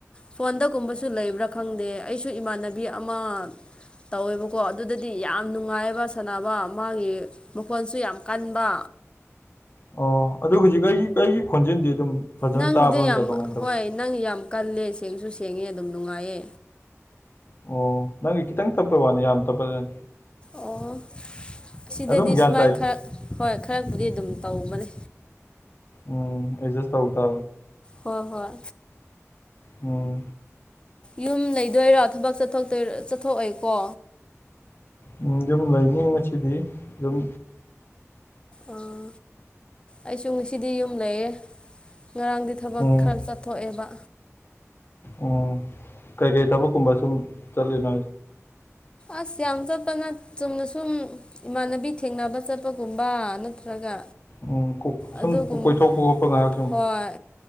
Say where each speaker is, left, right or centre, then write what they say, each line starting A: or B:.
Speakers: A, on the left; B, on the left.
A: ꯐꯣꯟꯗꯒꯨꯝꯕꯁꯨ ꯂꯩꯕ꯭ꯔꯥ ꯈꯪꯗꯦ ꯑꯩꯁꯨ ꯏꯃꯥꯟꯅꯕꯤ ꯑꯃ ꯇꯧꯋꯦꯕꯀꯣ ꯑꯗꯨꯗꯗꯤ ꯌꯥꯝ ꯅꯨꯡꯉꯥꯏꯑꯕ ꯁꯥꯟꯅꯕ ꯃꯥꯒꯤ ꯃꯈꯣꯟꯁꯨ ꯌꯥꯝ ꯀꯟꯕ
B: ꯑꯣ ꯑꯗꯨ ꯍꯧꯖꯤꯛ ꯑꯩꯒꯤ ꯀꯒꯤ ꯈꯣꯟꯖꯦꯜꯗꯤ ꯑꯗꯨꯝ ꯐꯖꯅ
A: ꯅꯪꯒꯤꯗꯤ
B: ꯇꯥꯕ꯭ꯔꯥ ꯅꯠꯇ꯭ꯔꯥ
A: ꯌꯥꯝ
B: ꯀꯃꯥꯏꯅ ꯇꯧꯏ
A: ꯍꯣꯏ ꯅꯪ ꯌꯥꯝ ꯀꯜꯂꯦ ꯁꯦꯡꯁꯨ ꯁꯦꯡꯉꯦ ꯑꯗꯨꯝ ꯅꯨꯡꯉꯥꯏꯌꯦ
B: ꯑꯣ ꯅꯪꯒꯤ ꯈꯤꯇꯪ ꯇꯞꯄꯩ ꯋꯥꯅꯤ ꯌꯥꯝ ꯇꯞꯄꯁꯤꯅꯦ
A: ꯑꯣ ꯑꯁꯤꯗꯗꯤ
B: ꯑꯗꯨꯝ ꯒ꯭ꯌꯥꯟ
A: ꯁꯨꯃꯥꯏꯅ
B: ꯇꯥꯏ
A: ꯈꯔ ꯍꯣꯏ ꯈꯔꯕꯨꯗꯤ ꯑꯗꯨꯝ ꯇꯧꯕꯅꯦ
B: ꯎꯝ ꯑꯦꯠꯖꯁ ꯇꯧꯛꯇ
A: ꯍꯣꯏ ꯍꯣꯏ
B: ꯑꯣꯝ
A: ꯌꯨꯝ ꯂꯩꯗꯣꯏꯔꯣ ꯊꯕꯛ ꯆꯠꯊꯣꯛꯑꯦꯀꯣ
B: ꯎꯝ ꯌꯨꯝ ꯂꯩꯅꯤ ꯉꯁꯤꯗꯤ ꯌꯨꯝ
A: ꯑꯣ ꯑꯩꯁꯨ ꯉꯁꯤꯗꯤ ꯌꯨꯝ ꯂꯩꯌꯦꯦ ꯉꯔꯥꯡꯗꯤ ꯊꯕꯛ
B: ꯎꯝ
A: ꯈꯔ ꯆꯠ ꯊꯣꯛꯣ ꯑꯦꯕ
B: ꯎꯝ ꯀꯩꯀꯩ ꯊꯕꯛꯀꯨꯝꯕ ꯁꯨꯝ ꯆꯠꯂꯤꯅꯣ
A: ꯑꯁ ꯌꯥꯝ ꯆꯠꯇꯅ ꯆꯨꯝꯅ ꯁꯨꯝ ꯏꯃꯥꯟꯅꯕꯤ ꯊꯦꯡꯅꯕ ꯆꯠꯄꯒꯨꯝꯕ ꯅꯠꯇ꯭ꯔꯒ
B: ꯎꯝ ꯁꯨꯝ
A: ꯑꯗꯨꯒꯨꯝ
B: ꯀꯣꯏꯊꯣꯛꯄ ꯈꯣꯠꯄ ꯉꯥꯏꯍꯥꯛ ꯁꯨꯝ
A: ꯍꯣꯏ